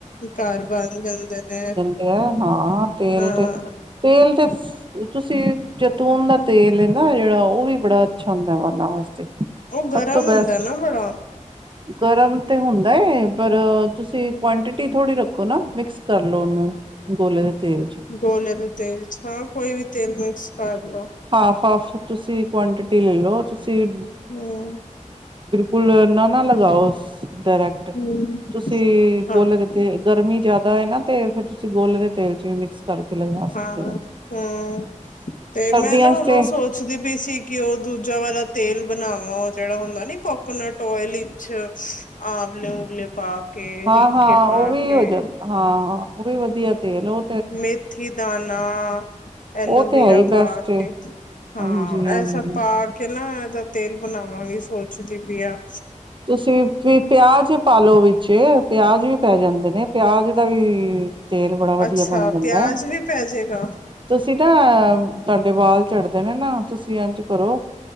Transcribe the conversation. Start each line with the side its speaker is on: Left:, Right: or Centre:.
Left: ਘਰ ਬਣ ਜਾਂਦੇ ਨੇ।
Right: ਏ ਹਾਂ ਤੇਲ
Left: ਹਾਂ
Right: ਤੇ, ਤੇਲ ਤੇ ਤੁਸੀਂ ਜੈਤੂਨ ਦਾ ਤੇਲ ਨਾ ਜੇਹੜਾ ਉ ਵੀ ਬੜਾ ਅੱਛਾ ਹੁੰਦਾ, ਬਾਲਾਂ ਵਾਸਤੇ।
Left: ਉਹ ਗਰਮ
Right: ਸਭ ਤੋਂ ਬੈਸਟ।
Left: ਹੁੰਦਾ ਨਾ ਬੜਾ
Right: ਗਰਮ ਤੇ ਹੁੰਦਾ ਏ, ਪਰ ਤੁਸੀਂ ਕੁਆਂਟਿਟ ਟੀ ਥੋੜ੍ਹੀ ਰੱਖੋ ਨਾ, ਮਿਕਸ ਕਰਲੋ ਉਹਨੂੰ ਗੋਲੇ ਦੇ ਤੇਲ ਚ
Left: ਗੋਲੇ ਦੇ ਤੇਲ ਚ, ਹਾ ਕੋਈ ਵੀ ਤੇਲ ਮਿਕਸ ਕਰ ਲੋ।
Right: ਹਾਫ-ਹਾਫ ਤੁਸੀਂ ਕੁਆਂਟਿਟੀ ਲੈ ਲਓ ਤੁ ਤੁਸੀਂ
Left: ਹਮ
Right: ਬਿਲਕੁਲ ਨਾ-ਨਾ ਲਗਾਓ ਡਰੈਕਟ ਟ
Left: ਹਮ
Right: ਤੁਸੀਂ
Left: ਹਾਂ
Right: ਗੋਲੇ ਦੇ ਤੇ ਗਰਮੀ ਜਿਆਦਾ ਐਨਾ ਤੇ ਫੇਰ ਤੁਸੀਂ ਗੋਲੇ ਦੇ ਤੇਲ ਚ ਵੀ ਮਿਕਸ- ਕਰਕੇ ਲਗਾ ਸਕਦੇ
Left: ਹਾਂ,
Right: ਹੋ
Left: ਹੂੰ ਤੇ
Right: ਸਰਦੀਆਂ
Left: ਮੈਂ ਨਾ
Right: ਚ
Left: ਹੁਣ
Right: ਤੇ
Left: ਉ ਸੋਚ ਸੋਚਦੀ ਪਈ ਸੀ ਕਿ ਉ ਦੂਜਾ ਵਾਲਾ ਤੇਲ ਬਣਾਵਾਂ ਉ ਜੇ ਹੜਾ ਹੁੰਦਾ ਨੀ ਕੋਕੋਨਟ ਓਇਲ ਵਿੱਚ ਆਵਲੇ ਉਵਲੇ ਪਾ ਕੇ
Right: ਹਾਂ-ਹਾਂ,
Left: ਰੀਠੇ ਪਾ
Right: ਉ ਵੀ
Left: ਕੇ
Right: ਹੋ ਜਾਂਦਾ ਹਾਂ-ਹਾਂ ਉ ਵੀ ਵਧੀਆ ਤੇਲ ਉ
Left: ਮੇਥੀ ਦਾਣਾ, ਐਲੋਵੀਰਾ
Right: ਉਹ ਤੇ ਹੈ ਹੀ ਬੈਸਟ
Left: ਪਾ
Right: ਏ
Left: ਕੇ। ਹਾਂ,
Right: ਹਾਂਜੀ ਹਾਂਜੀ
Left: ਐ ਸਬ ਪਾਕੇ ਨਾ ਏਦਾ ਤੇਲ ਬਣਾਵਾਂਗੀ ਸੋਚਦੀ ਪਈ ਆ।
Right: ਤੁਸੀਂ ਵੀ ਪਿਆਜ ਪਾਲੋ ਵਿੱਚ ਪਿਆਜ ਵੀ ਪੈ ਜਾਂਦੇ ਨੇ, ਪਿਆਜ ਦਾ ਵੀ ਤੇਲ ਬੜਾ ਵਧੀਆ
Left: ਅੱਛਾ
Right: ਬਣ ਜਾਂਦਾ
Left: ਪਿਆਜ
Right: ਐ।
Left: ਵੀ ਪੈ ਜਾਏਗਾ
Right: ਤੁਸੀਂ ਨਾ ਤੁਹਾਡੇ ਵਾਲ ਝੜਦੇ ਨੇ ਨਾ ਤੁਸੀਂ ਇੰਝ ਕਰੋ